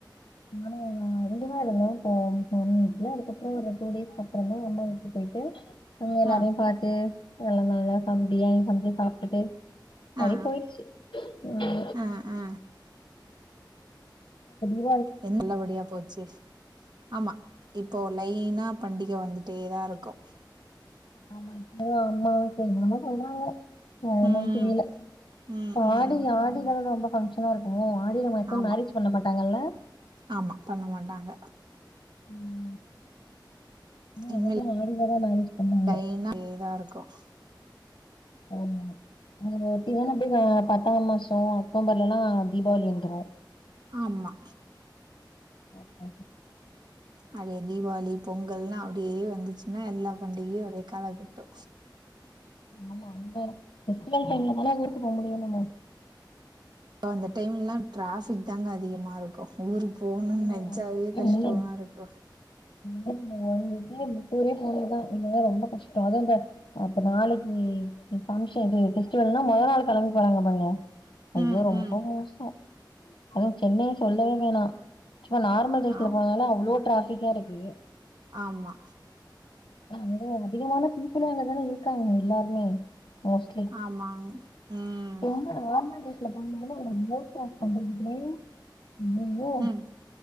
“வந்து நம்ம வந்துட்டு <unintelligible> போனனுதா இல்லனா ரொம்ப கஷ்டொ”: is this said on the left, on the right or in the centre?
Left